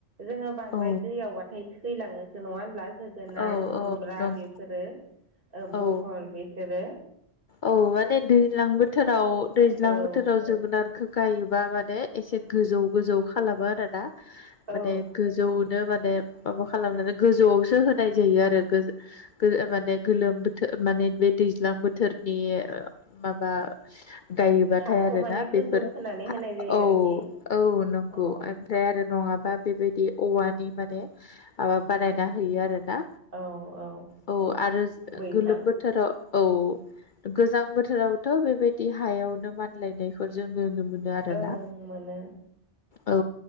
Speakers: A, on the right; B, on the left.
A: जोङो बांद्राय
B: औ
A: दैयावबाथाय थैलाङोसो नङा होनब्ला जोगोनार
B: औ
A: खुमब्रा
B: औ नं
A: बेफोरो ओ
B: औ
A: बहल बिसोरो
B: औ माने दैज्लां बोथोराव दैज्लां
A: औ
B: बोथोराव जोगोनारखौ गायोबा माने एसे गोजौ गोजौ खालामो आरोना माने
A: औ
B: गोजौयैनो माबा खालामनानै गोजौ आव सो होनाय जायो आरो गो -गो माने गोलोम बोथोर माने बे दैज्लां बोथोरनि ओ गायोबाथाय
A: हाखौ
B: आरो
A: माने
B: ना बेफोर
A: गोजौ खोनानै होनाय जायो
B: औ
A: आरोखि
B: औ नंगौ
A: अ
B: ओमफ्राय आरो नङा बा बेबायदि औवानि माने माबा बानायना होयो आरो ना
A: औ औ
B: औ आरो
A: बैसां
B: गोलोम बोथोराव औ गोजां बोथोरावथ' बेबायदि हायावनो मानलायनायखौ जों नुनो मोनो आरोना।
A: ओं मोनो
B: औ